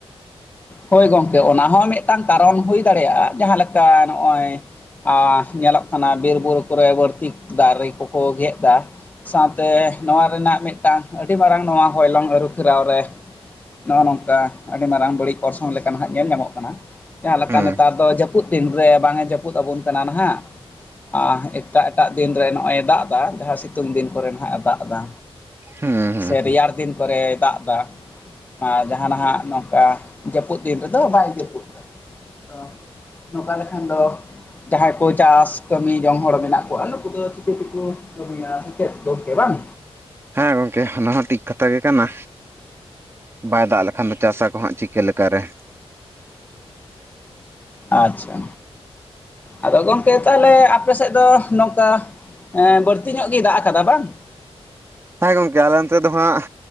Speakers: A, on the left; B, on the right.
A: ᱦᱳᱭ ᱜᱚᱝᱠᱮ ᱚᱱᱟ ᱦᱚᱸ ᱢᱤᱫᱴᱟᱝ ᱠᱟᱨᱚᱱ ᱦᱩᱭ ᱫᱟᱲᱮᱭᱟᱜᱼᱟ ᱡᱟᱦᱟᱸᱞᱮᱠᱟ ᱱᱚᱜᱼᱚᱭ ᱟᱨ ᱧᱮᱞᱚᱜ ᱠᱟᱱᱟ ᱵᱤᱨ ᱵᱩᱨᱩ ᱠᱚᱨᱮ ᱵᱟᱹᱲᱛᱤ ᱫᱟᱨᱮ ᱠᱚᱠᱚ ᱜᱮᱫ ᱮᱫᱟ, ᱥᱟᱶᱛᱮ ᱱᱚᱣᱟ ᱨᱮᱱᱟᱜ ᱢᱤᱫᱴᱟᱝ ᱟᱹᱰᱤ ᱢᱟᱨᱟᱝ ᱱᱚᱣᱟ ᱦᱚᱭᱞᱚᱝ ᱟᱹᱨᱩᱯᱷᱮᱨᱟᱣ ᱨᱮ ᱱᱚᱜᱼᱚᱭ ᱱᱚᱝᱠᱟ ᱟᱹᱰᱤ ᱢᱟᱨᱟᱝ ᱵᱟᱹᱲᱤᱡ ᱚᱨᱥᱚᱝ ᱞᱮᱠᱟ ᱱᱟᱦᱟᱜ ᱧᱮᱞ ᱧᱟᱢᱚᱜ ᱠᱟᱱᱟ ᱡᱟᱦᱟᱸ ᱞᱮᱠᱟ
B: ᱦᱩᱸ
A: ᱱᱮᱛᱟᱨ ᱫᱚ ᱡᱟᱹᱯᱩᱫ ᱫᱤᱱ ᱨᱮ ᱵᱟᱝ ᱮ ᱡᱟᱹᱯᱩᱫ ᱟᱵᱚᱱ ᱠᱟᱱᱟ ᱱᱟᱦᱟᱜ, ᱟ ᱮᱴᱟᱜ ᱮᱴᱟᱜ ᱫᱤᱱᱨᱮ ᱱᱚᱜᱼᱚᱭ ᱫᱟᱜ ᱫᱟ ᱡᱟᱦᱟᱸ ᱥᱤᱛᱩᱝ ᱫᱤᱱ ᱠᱚᱨᱮ ᱱᱟᱦᱟᱜ ᱮ ᱫᱟᱜ ᱮᱫᱟ᱾
B: ᱦᱩᱸ ᱦᱩᱸ
A: ᱥᱮ
B: ᱦᱩᱸ
A: ᱨᱮᱭᱟᱲ ᱫᱤᱱ ᱠᱚᱨᱮᱭ ᱫᱟᱜ ᱫᱟ ᱟᱨ ᱡᱟᱦᱟᱱᱟᱜ ᱱᱚᱝᱠᱟ ᱡᱟᱹᱯᱩᱫ ᱫᱤᱱ ᱨᱮᱫᱚ ᱵᱟᱭ <unintelligible> ᱱᱚᱝᱠᱟ ᱞᱮᱠᱷᱟᱱ ᱫᱚ ᱡᱟᱦᱟᱸᱭ ᱠᱚ ᱪᱟᱥ ᱠᱟᱹᱢᱤ ᱡᱚᱝ ᱦᱚᱲ ᱢᱮᱱᱟᱜ ᱠᱚᱣᱟ ᱱᱩᱠᱩ ᱫᱚ ᱪᱤᱠᱟᱹ ᱛᱮᱠᱚ ᱠᱟᱹᱢᱤᱭᱟ ᱥᱮ ᱪᱮᱫ ᱜᱚᱝᱠᱮ ᱵᱟᱝ?
B: ᱦᱮᱸ ᱜᱚᱝᱠᱮ ᱚᱱᱟ ᱦᱚᱸ ᱴᱷᱤᱠ ᱠᱟᱛᱷᱟ ᱜᱮ ᱠᱟᱱᱟ᱾ ᱵᱟᱭ ᱫᱟᱜ ᱞᱮᱠᱷᱟᱱ ᱫᱚ ᱪᱟᱥᱟ ᱠᱚ ᱦᱟᱸᱜ ᱪᱤᱠᱟᱹ ᱞᱮᱠᱟᱨᱮ,
A: ᱟᱪᱪᱷᱟ ᱟᱫᱚ ᱜᱚᱢᱠᱮ ᱛᱟᱷᱚᱞᱮ ᱟᱯᱮ ᱥᱮᱫ ᱫᱚ ᱱᱚᱝᱠᱟ ᱵᱟᱹᱲᱛᱤ ᱧᱚᱜ ᱜᱮᱭ ᱫᱟᱜ ᱟᱠᱟᱫᱟ ᱵᱟᱝ?
B: ᱦᱚᱭ ᱜᱚᱢᱠᱮ ᱟᱞᱮ ᱚᱱᱛᱮ ᱫᱚ ᱦᱟᱸᱜ